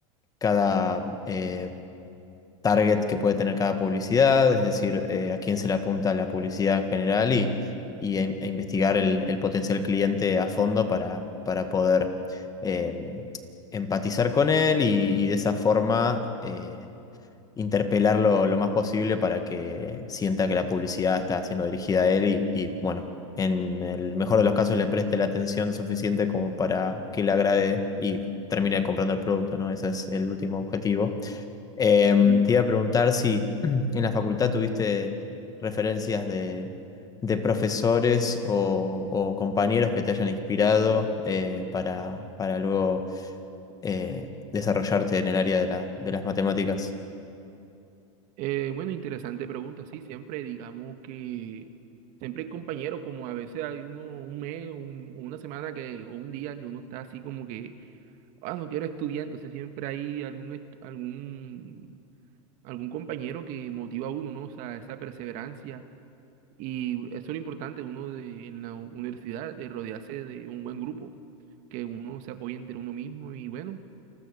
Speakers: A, on the left; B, on the right.
A: cada eh, target que puede tener cada publicidad, es decir, eh, a quién se le apunta la publicidad en general y, y a in- a investigar el, el potencial cliente a fondo para, para poder eh, empatizar con él y, y de esa forma eh, interpelarlo lo más posible para que sienta que la publicidad está siendo dirigida a él y, y, bueno. En el mejor de los casos le preste la atención suficiente como para que le agrade y termine comprando el producto, ¿no? Ese es el último objetivo. Em,
B: Mm.
A: te iba a preguntar si <clears throat> en la facultad tuviste referencias de, de profesores o, o compañeros que te hayan inspirado eh, para, para luego eh, desarrollarte en el área de la- de las matemáticas.
B: Eh, bueno, interesante pregunta. Sí, siempre digamos que siempre hay compañeros, como a veces hay uno un mes, un- o una semana que, o un día que uno está así como que ah, no quiero estudiar, entonces siempre hay algún, est- algún, algún compañero que motiva a uno, ¿no? O sea, esa perseverancia. Y eso es lo importante, uno de, en la universidad, de rodearse de un buen grupo, que uno se apoye entre uno mismo y bueno.